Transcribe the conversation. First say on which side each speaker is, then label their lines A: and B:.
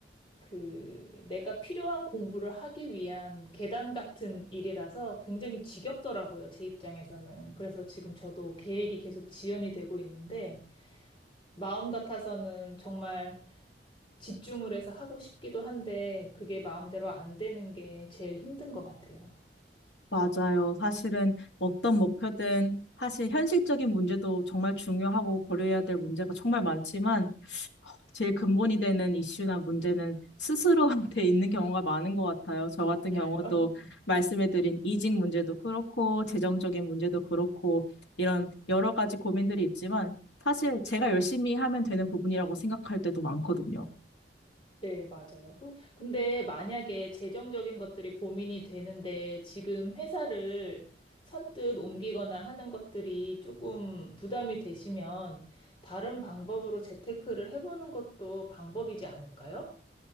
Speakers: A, on the left; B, on the left.
A: 그 내가 필요한 공부를 하기 위한 계단 같은 일이라서 굉장히 지겹더라고요. 제 입장에서는. 그래서 지금 저도 계획이 계속 지연이 되고 있는데 마음 같아서는 정말 집중을 해서 하고 싶기도 한데 그게 마음대로 안 되는 게 제일 힘든 것 같아요.
B: 맞아요. 사실은 어떤 목표든 사실 현실적인 문제도 정말 중요하고 고려해야 될 문제가 정말 많지만 제일 근본이 되는 이슈나 문제는 스스로한테 있는 경우가 많은 것 같아요. 저 같은
A: 맞아요.
B: 경우도
A: <laughs>
B: 말씀해드린 이직 문제도 그렇고, 재정적인 문제도 그렇고, 이런 여러 가지 고민들이 있지만, 사실 제가 열심히 하면 되는 부분이라고 생각할 때도 많거든요.
A: 네, 맞아요. 그리고 근데 만약에 재정적인 것들이 고민이 되는데 지금 회사를 선뜻 옮기거나 하는 것들이 조금 부담이 되시면 다른 방법으로 재테크를 해보는 것도 방법이지 않을까요?